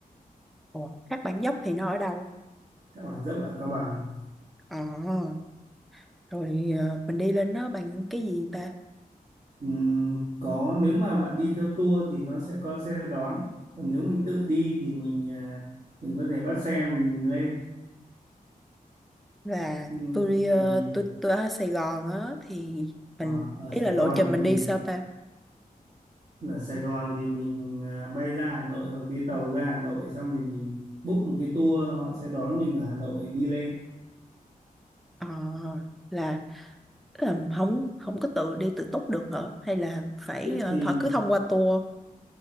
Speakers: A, in the centre; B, on the right.
A: Ủa, Thác Bản Dốc thì nó ở đâu?
B: Thác Bản Dốc ở Cao Bằng
A: Ờ, rồi ờ, mình đi lên đó bằng cái gì ta?
B: Ừm, có nếu mà bạn đi theo tour thì nó sẽ có xe đón còn nếu mình tự đi thì mình à, mình có thể bắt xe mình lên
A: và
B: nhưng
A: tôi
B: ừm,
A: ờ, tôi tôi ở Sài Gòn á thì
B: ờ,
A: mình
B: ở
A: ý là
B: Sài
A: lộ
B: Gòn
A: trình mình
B: thì
A: đi sao ta
B: là Sài Gòn thì mình à, bay ra Hà Nội hoặc đi tàu ra Hà Nội xong thì mình book một cái tour họ sẽ đón mình ở Hà Nội đi lên
A: Ờ, là tức là không không có tự đi tự túc được hả hay là phải
B: túc
A: ờ,
B: thì
A: thọ cứ thông qua tour